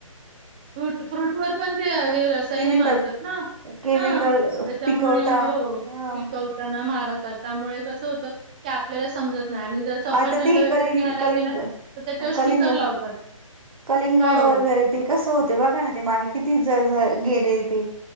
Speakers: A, on the right; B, on the right.
A: फ्रूट फ्रूट वर पण ते हे, रसायने
B: केमिकल
A: मारतात ना.
B: केमिकल
A: हां त्यांच्यामुळे
B: पिकवता
A: हो.
B: ह
A: पिकव मारतात त्यामुळें कस होतं ते, आपल्याला समजत नाही. सफरचंद
B: आता ते
A: वगैरे
B: कलिंग
A: घ्यायला
B: कलिंग
A: गेलात, तर तित
B: कलिंग
A: स्टिकर लावतात.
B: कलिंगड
A: हो.
B: वगैरे ते कसं होते बघा ना, ते मागे किती ज गेले ते.